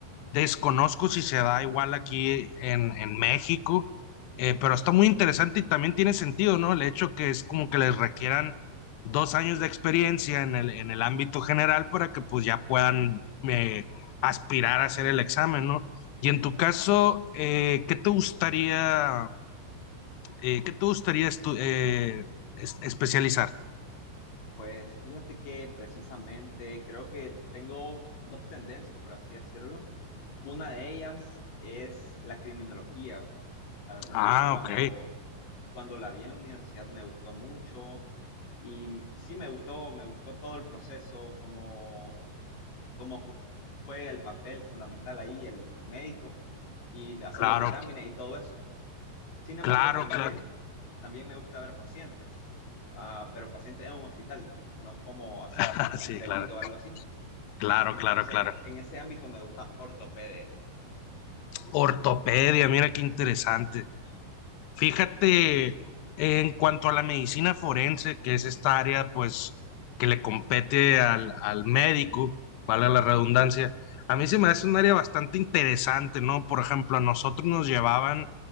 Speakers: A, on the left (about 75°); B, on the left (about 45°).
A: Desconozco si se da igual aquí en, en México, eh, pero está muy interesante y también tiene sentido, ¿no? El hecho que es como que les requieran dos años de experiencia en el, en el ámbito general para que pues ya puedan eh, aspirar a hacer el examen, ¿no? Y en tu caso, eh, ¿qué te gustaría, eh, qué te gustaría estu- eh, es- especializar?
B: Pues fíjate que precisamente creo que tengo dos tendencias, por así decirlo. Una de ellas es la criminología. La verdad es
A: Ah,
B: que cuando,
A: ok,
B: cuando la vi en la universidad me gustó mucho y sí me gustó, me gustó todo el proceso, cómo, cómo ju- juega el papel fundamental ahí el médico y hacer
A: claro,
B: los dictámenes y todo eso. Sin embargo,
A: claro,
B: también,
A: claro,
B: también me gusta ver pacientes, ah, pero pacientes en un hospital, no como así como
A: <laughs> sí,
B: un delito
A: claro,
B: o algo así.
A: claro,
B: Entonces,
A: claro, claro.
B: en ese ámbito me gusta ortopedia.
A: Ortopedia, mira qué interesante. Fíjate, en cuanto a la medicina forense, que es esta área, pues, que le compete al, al médico, vale la redundancia, a mí se me hace un área bastante interesante, ¿no? Por ejemplo, a nosotros nos llevaban